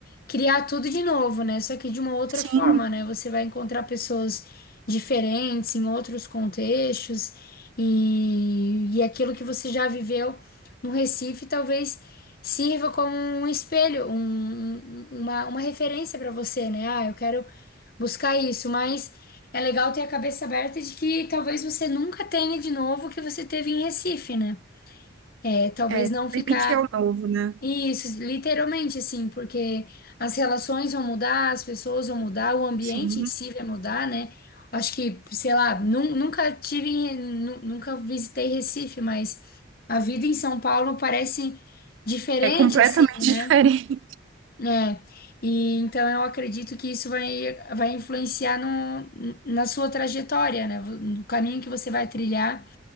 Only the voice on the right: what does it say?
Sim,
é,
permitir ao novo, né?
Sim,
é completamente
<laughs> diferente.